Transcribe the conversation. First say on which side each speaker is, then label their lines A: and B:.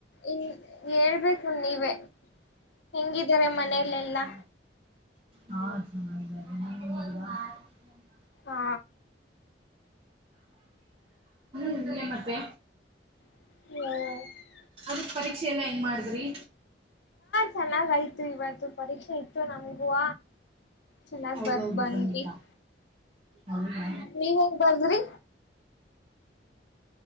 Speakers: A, on the left (about 75°); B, on the right (about 30°).
A: ಈ <inaudible> ಹೇಳ್ಬೇಕು ನೀವೇ ಹೆಂಗಿದಾರೆ
B: ನೀವ್
A: ಮನೆಯಲ್ಲೆಲ್ಲಾ
B: ಹೇಳ್ಬೇಕ್ರಿ ಹಾ ಚೆನ್ನಾಗಿದ್ದಾರೆ ಮನೇಲಿ ಹೆಂಗಿದ್ದಾರೆ <unintelligible>
A: ಹಾ
B: ಇನ್ನೇನ್ ಮತ್ತೆ
A: ಹ <unintelligible>
B: ಅದ ಪರೀಕ್ಷೆ ಎಲ್ಲ ಹೆಂಗ ಮಾಡಿದ್ರಿ
A: ಚೆನ್ನಾಗಾಯ್ತು ಇವತ್ತು ಪರೀಕ್ಷೆ ಆಯತು ನಮಗುವ ಚೆನ್ನಾಗ್
B: ಹೌದೌದು
A: ಬರ್ ಬಂದ್ವಿಹ್ಮ್
B: ಖಂಡಿತ ಹೌದಾ
A: ನೀವ ಹೆಂಗ್ ಬರ್ದ್ರಿ